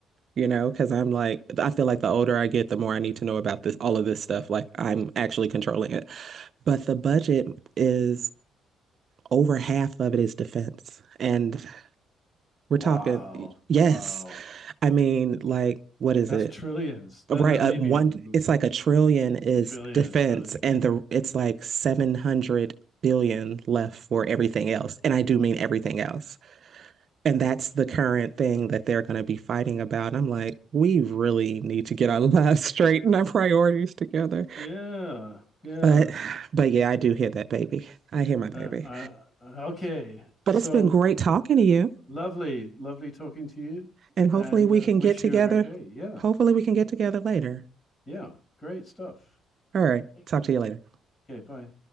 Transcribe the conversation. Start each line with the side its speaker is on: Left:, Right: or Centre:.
Right: you know, because I'm like I feel like the older I get, the more I need to know about this all of this stuff. Like I'm actually controlling it. But the budget is over half of it is defense. And we're
Left: wow.
Right: talking, yes.
Left: Wow.
Right: I mean, like, what is
Left: That's
Right: it?
Left: trillions. Then
Right: Right,
Left: uh, maybe
Right: uh, one.
Left: ooh,
Right: It's like a trillion is
Left: trillion,
Right: defense,
Left: trillion.
Right: and the it's like seven hundred billion left for everything else, and I do mean everything else. And that's the current thing that they're going to be fighting about. And I'm like, we really need to get our <laughs> lives straight and our priorities together.
Left: Yeah. Yeah.
Right: But, but yeah, I do hear that baby. I hear my baby.
Left: Uh, I, I- okay.
Right: But
Left: So
Right: it's been great talking to you,
Left: lovely, lovely talking to you
Right: and
Left: and
Right: hopefully we
Left: uh,
Right: can
Left: wish
Right: get together.
Left: you a great day. Yeah.
Right: Hopefully we can get together later.
Left: Yeah. Great stuff.
Right: All right,
Left: Thank
Right: talk
Left: you.
Right: to you later.
Left: Okay. Bye.